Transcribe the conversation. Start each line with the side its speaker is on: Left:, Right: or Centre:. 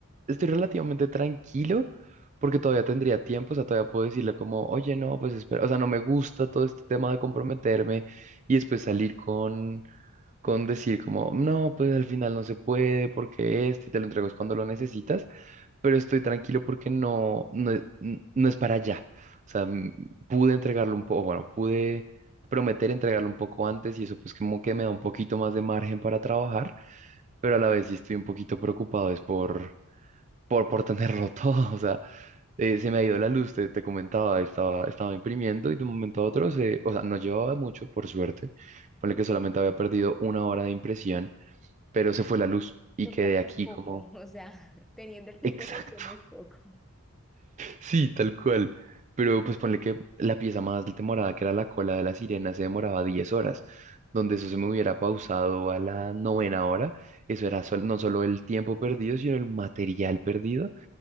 Right: estoy relativamente tranquilo porque todavía tendría tiempo, o sea, todavía puedo decirle como, oye, no, pues espera, o sea, no me gusta todo este tema de comprometerme y después salir con, con decir como, no, pues al final no se puede porque esto y te lo entregas cuando lo necesitas pero estoy tranquilo porque no, no, e- n- no es para allá. O sea, m- pude entregarlo un poco, bueno, pude prometer entregarlo un poco antes y eso pues como que me da un poquito más de margen para trabajar, pero a la vez sí estoy un poquito preocupado, es por, por, por tenerlo <laughs> todo. O sea, eh, se me ha ido la luz, te, te comentaba, estaba, estaba imprimiendo y de un momento a otro, se, o sea, no llevaba mucho, por suerte, ponle que solamente había perdido una hora de impresión, pero se fue la luz y
Centre: Lo
Right: quedé
Centre: cual no
Right: aquí
Centre: es poco,
Right: como...
Centre: <laughs> o sea, teniendo el tiempo
Right: Exacto.
Centre: justo no es poco.
Right: Sí, tal cual. Pero pues ponle que la pieza más demorada, que era la cola de la sirena, se demoraba 10 horas. Donde eso se me hubiera pausado a la novena hora, eso era sol- no solo el tiempo perdido, sino el material perdido.